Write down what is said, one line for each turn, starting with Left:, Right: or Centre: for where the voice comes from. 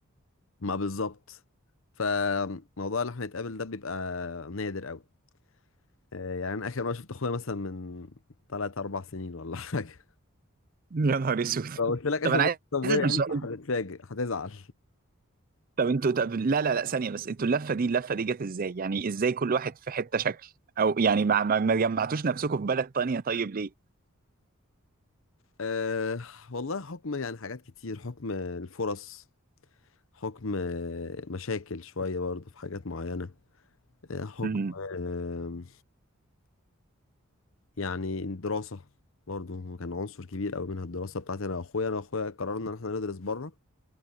Left: ما بالظبط فموضوع اللي احنا نتقابل ده بيبقى نادر قوي آه، يعني انا اخر مره شفت اخويا مثلا من ثلاث اربع سنين ولا <laughs> حاجه
Right: <laughs> يا نهار اسود
Left: لو قلت لك اخر
Right: طب انا
Left: مره
Right: عايز
Left: شفت ابويا
Right: اسال
Left: امتى
Right: سؤال
Left: هتتفاجئ هتزعل
Right: طب انتوا طب لا لا لا ثانية بس انتوا اللفة دي اللفة دي جت ازاي؟ يعني ازاي كل واحد في حتة شكل؟ او يعني ما ما ما جمعتوش نفسكم في بلد تانية طيب ليه؟
Left: أه والله حكم يعني حاجات كتير حكم الفرص حكم آه، مشاكل شويه برضه في حاجات معينه آه، حكم
Right: امم
Left: آه، يعني الدراسه برضه كان عنصر كبير قوي منها الدراسه بتاعتي انا واخويا انا واخويا قررنا ان احنا ندرس بره